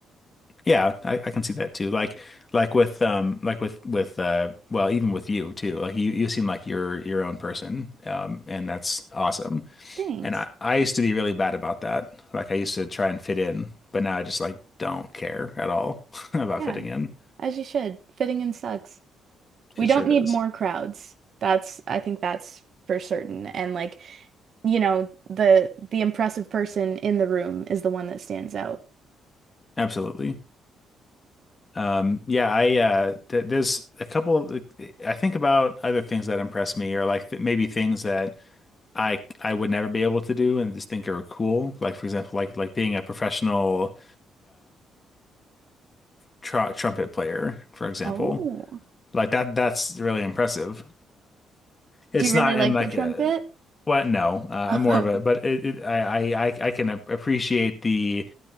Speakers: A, on the left; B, on the right.
A: Yeah, I, I can see that too. Like like with um like with with uh well even with you too. Like you you seem like you're your own person. Um and that's awesome.
B: Thanks.
A: And I I used to be really bad about that. Like I used to try and fit in, but now I just like don't care at all <laughs> about
B: Yeah.
A: fitting in.
B: As you should. Fitting in sucks.
A: It
B: We don't
A: sure does.
B: need more crowds. That's, I think that's for certain. And like, you know, the the impressive person in the room is the one that stands out.
A: Absolutely. Um yeah, I uh th there's a couple of, I think about other things that impress me or like th maybe things that I I would never be able to do and just think are cool. Like for example, like like being a professional tr trumpet player, for example.
B: Oh.
A: Like that that's really impressive. It's
B: Do you really
A: not
B: like
A: in like
B: the trumpet?
A: a what? No, uh, I'm
B: <laughs>
A: more of a but it, it, I I I I can ap- appreciate the